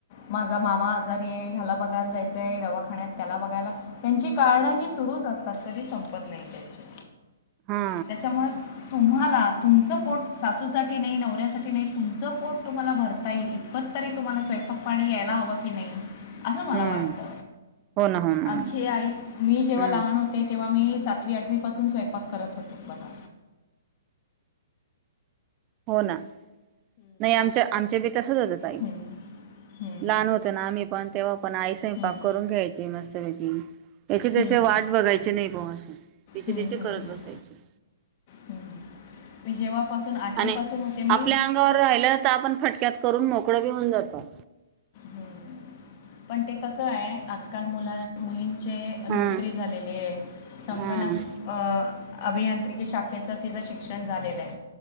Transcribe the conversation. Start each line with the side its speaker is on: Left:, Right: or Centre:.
Left: माझा मामा आजारी हे ह्याला बघायला जायचंय रवा खाण्यात बघायला त्यांची कारणं ही सुरूच असतात कधी संपत नहीत त्याची.
Right: हा
Left: त्याच्यामुळे तुम्हाला तुमचं पोट सासूसाठी न्हई नवऱ्या साठी तुमचं पोट तुम्हाला भरता येईल इतपत तरी तुम्हाला स्वयपाकपाणी यायला हवं कि नाही. असं मला
Right: हम्म
Left: वाटत
Right: हो ना हो ना हो
Left: आमची
Right: ना
Left: आई मी जेव्हा
Right: हम्म
Left: लहान होते तेव्हा. तेव्हा मी सातवी आठवी पासून स्वयंपाक करत होते, बघा.
Right: हो ना. न्हई आमच्या आमच्या बी तसच होतं, ताई
Left: हं, हं,
Right: लहान होतं ना मी पण तेव्हा. पण आई स्वयंपाक
Left: हं,
Right: करून घ्यायची मस्तपैकी याची त्याची
Left: हं,
Right: वाट बघायची नाही कवा असं. तिचे
Left: हं,
Right: तिचे
Left: हं,
Right: करत
Left: हं,
Right: बसायची.
Left: हं. मी जेव्हापासून आठवीपासून
Right: आणि
Left: होते मी
Right: आपल्या अंगावर राहिल्य तर आपण फटक्यात करून मोकळं भी होऊन जातो.
Left: हम्म पण ते कसं हाय आज काल मुला मुलींचे
Right: हम्म
Left: नोकरी झालेली हे संगणक
Right: हम्म
Left: अभि अभीयांत्रिकी शाखेचं तिचं शिक्षण झालेलय